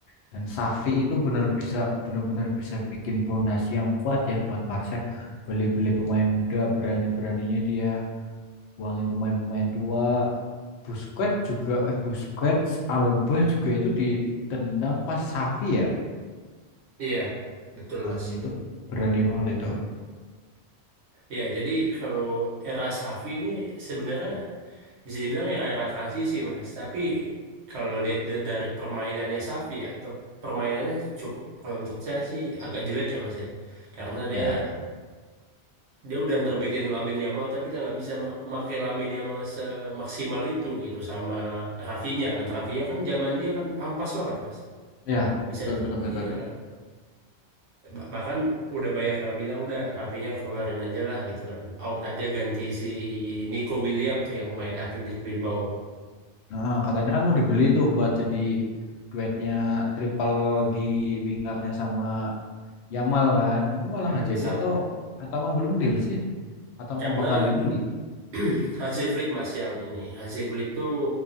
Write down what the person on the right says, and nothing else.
iya betul
mas
Ya, jadi kalau era Safi ini sebenarnya bisa dibilang era-era transisi, Mas. Tapi kalau lihat da- dari permainannya Safi ya, per- permainannya cukup kalau menurut saya sih agak jelek ya, Mas ya. Karena dia
dia udah nerbitin Lamine Yamal tapi dia nggak bisa ma- make Lamine Yamal semaksimal itu gitu sama Rafinya kan. Rafinya kan zaman dia kan ampas banget, Mas.
Bisa
iya kan. Bah- bahkan udah banyak yang bilang udah Rafinya keluarin aja lah gitu kan out aja ganti si Nico William tuh yang pemain Athletic Bilbao
Mm-mm,
sa-
karena
<clears throat> Hansi Flick mas yang ini Hansi Flick tuh